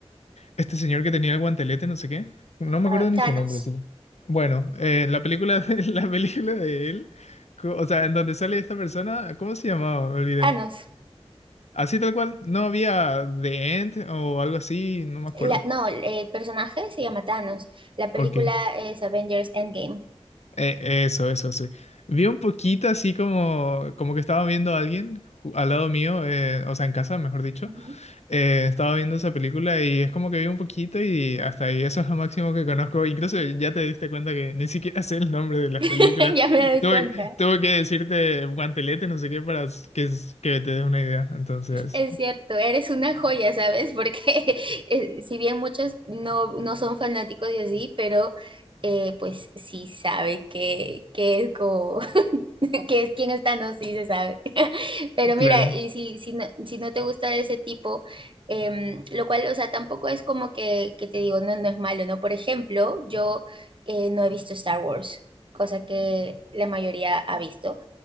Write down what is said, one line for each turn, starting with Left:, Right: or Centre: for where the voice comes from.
Left: Este señor que tenía el guantelete, no sé qué. No me
Right: Ah,
Left: acuerdo ni
Right: Thanos.
Left: su nombre, sí. Bueno, eh, la película de, <laughs> la película de él, co- o sea, en donde sale esta persona, ¿cómo se llamaba? Me olvidé.
Right: Thanos.
Left: Así tal cual, no había The End o algo así, no me acuerdo.
Right: La- no, el personaje se llama Thanos. La película
Left: Ok.
Right: es Avengers Endgame.
Left: Eh, eso, eso, sí. Vi un poquito así como, como que estaba viendo a alguien ju- al lado mío, eh, o sea, en casa, mejor dicho.
Right: Ujú.
Left: Eh, estaba viendo esa película y es como que vi un poquito y hasta ahí, eso es lo máximo que conozco. Incluso ya te diste cuenta que ni siquiera sé el nombre de las
Right: <laughs>
Left: películas.
Right: Ya me doy
Left: Tuve,
Right: cuenta.
Left: tuve que decirte guantelete, no sé qué, para que, que te des una idea. Entonces,
Right: Es cierto, eres una joya, ¿sabes? Porque <laughs> eh, si bien muchos no, no son fanáticos y así, pero eh, pues sí sabe que, que es como <laughs> que es quién está, no, sí se sabe. <laughs> Pero
Left: claro.
Right: mira, y si, si no, si no te gusta de ese tipo, em, lo cual, o sea, tampoco es como que, que te digo, no, no es malo, ¿no? Por ejemplo, yo eh, no he visto Star Wars, cosa que la mayoría ha visto.